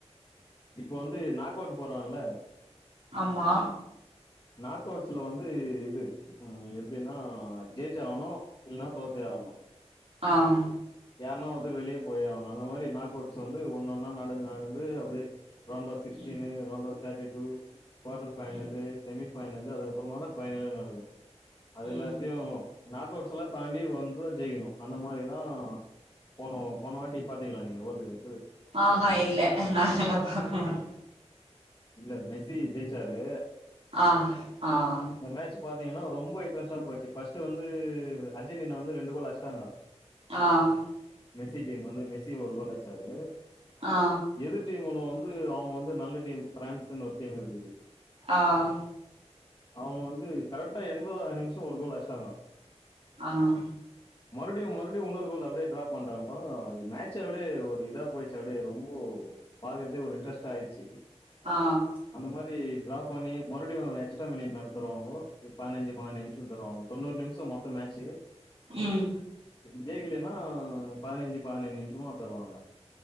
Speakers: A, on the left (about 35°); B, on the right (about 60°).
A: இப்போ வந்து நாக் அவுட் போட்றாங்கல்ல
B: ஆமா
A: நாக் அவுட்ஸ்ல வந் து இது அ எப்டின்னா ஜெயிச்சே ஆவணு இல்லன்னா தோத்தே ஆவணு
B: ஆஹ்
A: யார்னா ஒருத்தர் வெளிய போயே ஆவணு அந்த மாரி நாக் அவுட்ஸ் வந்து ஒன்னொன்னா நடந்து நடந்து அப்டியே ரவுண்ட் ஆஃப் சிக்ஸ்டீனு
B: ம்
A: ரவுண்ட் ஆஃப் தேட்டி டூ கோட்டர் ஃபைனலு
B: ம்
A: செமி ஃபைனலு அதுக்கப்பறமா தா ஃபைனலே நடக்கு அது எல்லாத்தையு
B: ம்
A: நாக் அவுட்ஸ்ல்லா தாண்டி வந்து தா ஜெயிக்கணு அந்த மாரி தா போன போன வாட்டி பாத்தீங்களா நீங்க வோல்டு கப்
B: ஆஹ் ஆஹ் இல்ல நால்லா பாக்க மாட்
A: இல்ல மெஸி ஜெயிச்சாரு
B: ஆஹ் ஆஹ்
A: மேட்சு பாத்தீங்கன்னா ரொம்ப இன்ட்ரஸ்ட்டா போயிச்சு ஃபஸ்ட்டு வந்து அர்ஜென்டினா வந்து ரெண்டு கோல் அட்ஸ்ட்டாங்க
B: ஆஹ்
A: மெஸ்ஸி டீம் வந்து மெஸ்ஸி ஒரு கோல் அட்ச்சாரு
B: ஆ
A: எதிர் டீம் ஒன்னு வந் து அவங்க வந்து நல்ல டீம் ஃப்ரான்ஸுன் ஒரு டீம் இருக்குது
B: ஆஹ்
A: அவங்க வந்து கரெக்ட்டா எண்பதாவ்து நிம்ஷோ ஒரு கோல் அட்ஸ்ட்டாங்க
B: ஆஹ்
A: மறுப்டியு மறுப்டியு உன்னோரு கோல் அப்டியே ட்ரா பண்ட்டாங்க பாருங்க மேட்ச்சு அப்டியே ஒரு இதா போயிச்சு அப்டியே ரொம்ப பாக்கறதே ஒரு இன்ட்ரெஸ்ட்டாயிட்ச்சி
B: ஆ
A: அந்த மாரி ட்ராப் பண்ணி மறுடியும் எக்ச்ட்ரா மினிட் தருவாங்க பதினஞ்சு பதின்ச நிமிஷம் தருவாங்க தொண்ணூறு நிமிஷம் மொத்தம் மேச்சு
B: உம்
A: ஜெயிக்கலன்னா பதினைஞ்சு பதினைந்து நிமிஷுமா தருவாங்க